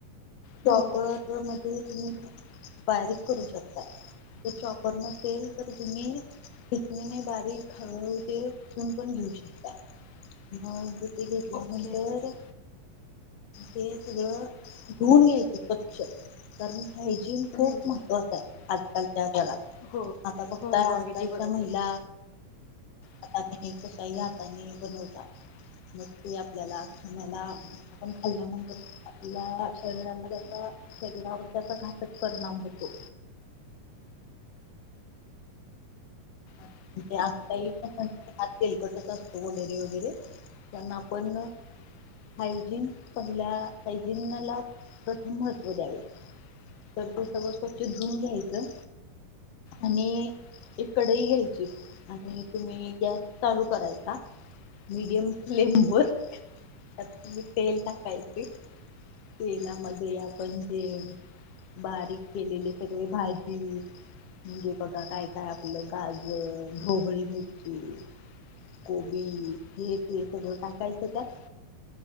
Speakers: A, on the left; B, on the left.
A: शॉपर
B: हो हो
A: मध्ये तम्ही बारीक करू शकता जर चॉपर नसेल तर तुम्ही पचणीने बारीक हळ तेून पण घेऊ शकता मग घेतल्यानंतर
B: ओके
A: ते सगळं धुऊन घ्यायचं स्वच्छ कारण हायजीन
B: हम्म
A: खूप महत्त्वाचं आहे आजकालच्या काळात
B: हो
A: आता बघताय
B: हो हो
A: आजकालच्या
B: अगदी बरोबर
A: महिला हाताने कशही हाताने बनवतात मग ते आपल्याला खाण्याला आपण खाल्ल्यानंतर आपल्या शरीराला त्याचा शरीरावर त्याचा घातक परिणाम होतो आता हात तेलकटच असतो वगैरे वगैरे त्यांना आपण हायजीन पहिल्या हायजिन ला प्रथम महत्त्व द्यावे तर ते सगळं स्वच्छ धुून घ्यायचं आणि एक कडई घ्यायच आणि तुम्ही गॅस चालू करायचा मडियम फ्लेम वर त्यातम तेल टाकायचे तेलामध्ये आपण जे बारीक केलेले सगळे भाजी म्हणजे बघा काय काय आपलं गा ढोबळी मिरची कोबी हे ते सगळं टाकायचं त्यात